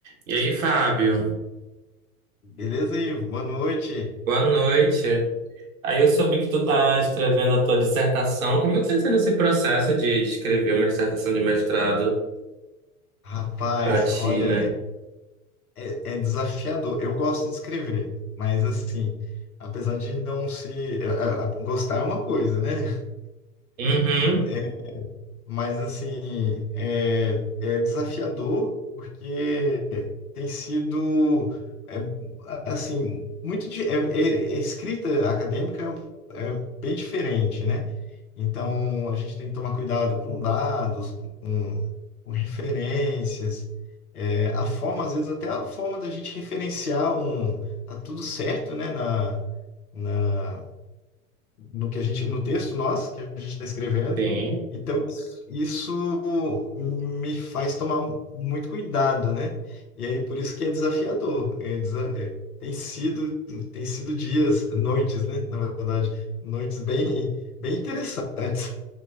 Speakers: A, on the right; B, on the left.
A: E aí, Fábio?
B: Beleza aí? Boa noite.
A: Boa noite. Aí eu soube que tu tá escrevendo a tua dissertação. Como é que tá sendo esse processo de escrever uma dissertação de mestrado
B: Rapaz,
A: pra ti,
B: olha,
A: né?
B: é, é- é desafiador. Eu gosto de escrever, mas assim, apesar de não se. é, é, Gostar é uma coisa, né?
A: Uhum,
B: <laughs> Mas assim, é, é desafiador porque tem sido é, assim muito di- é, é- é escrita acadêmica é bem diferente, né? Então a gente tem que tomar cuidado com dados, com, com referências, é, a forma às vezes até a forma da gente referenciar um tá tudo certo, né? Na, na no que a gente, no texto nosso que a gente está escrevendo.
A: sim.
B: Então isso, isso me faz tomar muito cuidado, né? E aí por isso que é desafiador. É desa- é- tem sido, tem sido dias, noites, né? Na verdade, noites bem, bem interessantes,